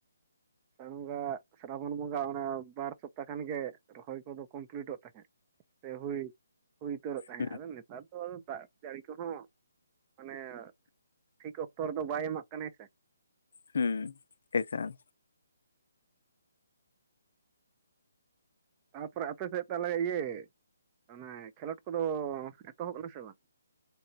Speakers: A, on the right; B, on the left.
A: ᱟᱥᱟᱲ ᱵᱚᱸᱜᱟ ᱥᱨᱟᱵᱚᱱ ᱵᱚᱸᱜᱟ ᱚᱱᱟ ᱵᱟᱨ ᱥᱚᱯᱛᱟᱦ ᱠᱷᱟᱱ ᱜᱮ ᱨᱚᱦᱚᱭ ᱠᱚᱫᱚ ᱠᱚᱢᱯᱞᱤᱴᱚᱜ ᱛᱟᱦᱮᱸᱫ᱾ ᱥᱮ ᱦᱩᱭ ᱦᱩᱭ ᱩᱛᱟᱹᱨᱚᱜ ᱛᱟᱦᱮᱸᱫ
B: ᱦᱩᱸ
A: ᱟᱫᱚ ᱱᱮᱛᱟᱨ ᱫᱚ ᱫᱟᱜ ᱡᱟᱹᱲᱤ ᱠᱚᱦᱚᱸ ᱢᱟᱱᱮ ᱴᱷᱤᱠ ᱚᱠᱛᱚ ᱨᱮᱫᱚ ᱵᱟᱭ ᱮᱢᱟᱜ ᱠᱟᱱᱟᱭ ᱥᱮ,
B: ᱦᱩᱸ ᱮᱠᱟᱞ᱾
A: ᱛᱟᱯᱚᱨᱮ ᱟᱯᱮ ᱥᱮᱫ ᱛᱟᱦᱚᱞᱮ ᱤᱭᱟᱹ ᱚᱱᱟ ᱠᱷᱮᱞᱳᱰ ᱠᱚᱫᱚ ᱮᱛᱚᱦᱚᱵ ᱱᱟ ᱥᱮ ᱵᱟᱝ?